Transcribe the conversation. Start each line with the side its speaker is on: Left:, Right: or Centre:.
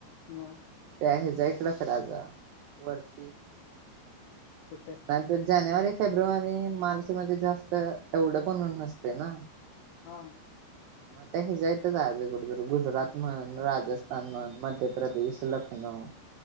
Left: मग
Right: त्या हेज जयकलख राजावरती
Left: कुठे
Right: नाई तर जानेवारीत फेब्रुवारी मार्चमध्ये जास्त एवढं पण ऊन नसतंय ना
Left: हा
Right: मग त्या ह्या ज्या इथं आज कुठ तर गुजरात म्हण, राजस्थान म्हण मध ध्य प्रदेश, लखनऊ